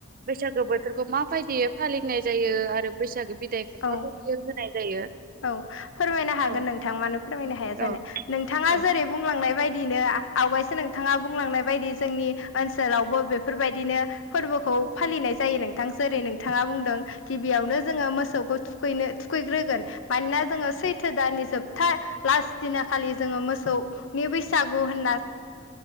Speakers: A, on the right; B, on the left.
A: बैसागो बोथोरखौ माबायदियै फालिनाय जायो आरो बैसागो दे खोथाबो
B: औ औ
A: बियो होनाय जायो?
B: औ फोरमायनो हागोन
A: औ
B: नोंथां मानो फोरमायनो हाया
A: औ
B: जानो नोंथाङा
A: औ
B: जेरै बुंलां बुंलांनाय बायदिनो आवगायसो नोंथाङा बुंलांनाय बायदि जोंनि ओनसोलावबो बेफोरबायदिनो फोरबोखौ फालिनाय जायो नोंथां जेरै नोंथाङा बुंदों गिबियावनो जोङो मोसौखौ थुखैनो थुखै ग्रोगोन मानोना जोङो सैथो दाननि जोबथा लास्ट दिना खालि जोङो मोसौनि बैसागु होन